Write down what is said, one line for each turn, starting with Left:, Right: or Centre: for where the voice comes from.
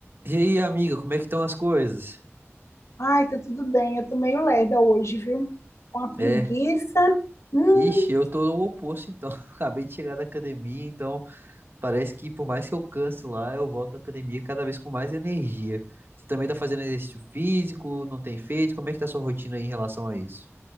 Right: E aí, amiga, como é que estão as coisas?
Left: Ai, tá tudo bem. Eu tô meio lerda hoje, viu? Uma preguiça.
Right: É,
Left: Hum,
Right: ixi, eu tô no oposto, então. <laughs> Acabei de chegar da academia, então parece que por mais que eu canse lá, eu volto da academia cada vez com mais energia. Você também tá fazendo exercício físico, não tem feito? Como é que tá a sua rotina aí em relação a isso?